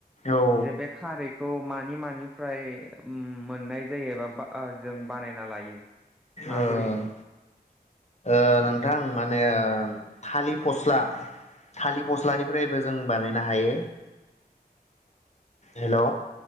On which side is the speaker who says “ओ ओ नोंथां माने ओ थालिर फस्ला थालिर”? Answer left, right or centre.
Left